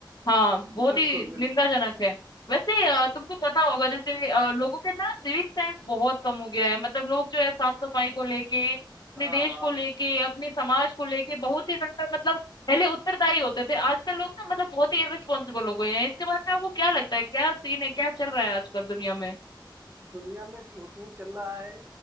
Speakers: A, on the left; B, on the right.
A: हाँ बहुत
B: बिल्कुल
A: ही
B: बिल्कुल
A: निंदाजनक है वैसे अ, तुमको पता होगा जैसे अ, लोगों के अंदर सिविक सेंस बहुत कम हो गया है मतलब लोग जो है साफ सफाई को लेके अपने
B: हाँ
A: देश को लेके अपने समाज को लेके बहुत ही ज्यादा मतलब पहले उत्तरदायी होते थे आजकल लोग ना मतलब बहुत ही इररिस्पॉन्सिबल हो गए हैं इसके बारे में आपको क्या लगता है क्या सीन है क्या चल रहा है आजकल दुनिया में
B: दुनिया में यूट्यूब चल रहा है